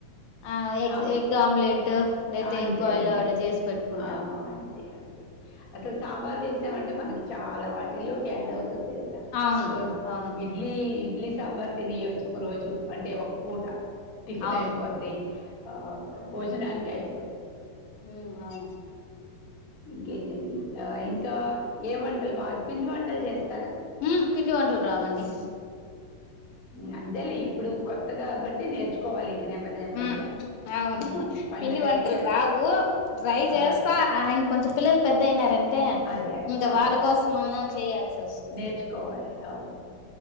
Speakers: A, on the left; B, on the left.
A: ఆ!
B: సాం
A: ఎగ్ ఎగ్ ఆమ్లెట్ లేతే
B: అంతే
A: ఎగ్ బాయిలో
B: అంతే
A: అట్లా జేసి పెట్టుకుంటాం.
B: ఆ అంతే అంతే అసలు సాంబార్ చేసామంటే. అంటే మనకి చాలా వాటిల్లో యాడ్ అవుతుంది. తెలుసా
A: అవును.
B: దోస్
A: అవును.
B: ఇడ్లీ ఇడ్లీ. సాంబార్ తిని యోచ్. ఒకరోజు. అంటే ఒక పూట టిఫిన్
A: అవును.
B: అయిపోద్ది. ఆ భోజనానికి అయిపో.
A: ఉమ్ అవును.
B: ఇంకేంటండి ఇట ఇంకా ఏం వంటలు బా పిండి వంటలు చేస్తా.
A: ఉమ్ పిండి వంటలు రావండి‌.
B: ఇగ అంతేలే ఇప్పుడు. కొత్త కాబట్టి నేర్చుకోవాలి. ఇంక నెమ్మది నెమ్మదిగా.
A: ఉమ్ అవును
B: హ్మ్. పండగలకి
A: పిండి వంటలు
B: అట్లా.
A: రావు ట్రై
B: ఆ!
A: చేస్తా ఆ ఇంకొంచెం పిల్లలు పెద్ద అయినారంటే. టె
B: అదే. అదే.
A: ఇంక
B: అవునవును.
A: వాళ్ళ కోసం అన్నా చేయాల్సి వస్తుంది.
B: నేర్చుకోవాలి అవును